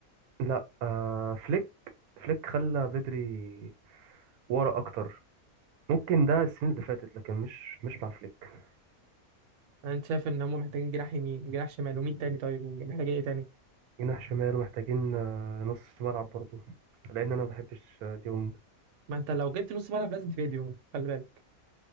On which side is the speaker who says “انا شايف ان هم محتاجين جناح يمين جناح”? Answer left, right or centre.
Right